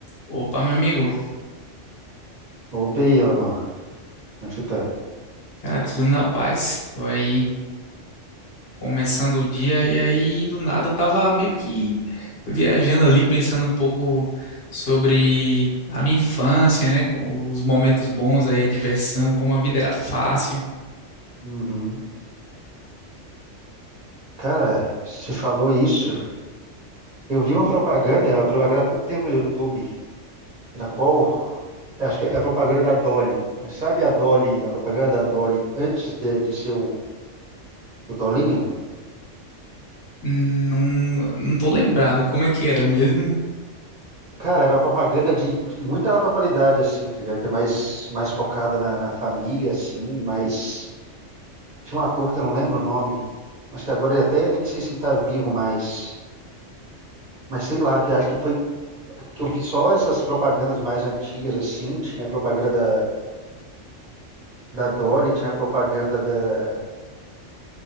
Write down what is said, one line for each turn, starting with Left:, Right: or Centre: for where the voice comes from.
Left: Opa, meu amigo.
Right: Opa, e aí, Alamã? Como é que você tá?
Left: Cara, tudo na paz. Tô aí começando o dia e aí do nada eu tava meio que viajando ali, pensando um pouco sobre a minha infância, né? com Os momentos bons aí, a diversão, como a vida era fácil.
Right: Uhum. Cara, você falou isso. Eu vi uma propaganda, é uma propaganda há pouco tempo no YouTube, na qual, acho que é a propaganda da Dolly. Mas sabe a Dolly, a propaganda da Dolly antes de, de ser o, o Dolinho?
Left: Não, não tô lembrado como é que era mesmo.
Right: Cara, era uma propaganda de, de muita alta qualidade, assim, tá ligado? Que é mais, mais focada na, na família, assim, mas... Tinha um ator que eu não lembro o nome, mas que agora ele até nem sei se ele tá vivo mais. Mas sei lá, que acho que foi que eu vi só essas propagandas mais antigas, assim, tinha a propaganda da, da Dolly, tinha a propaganda da...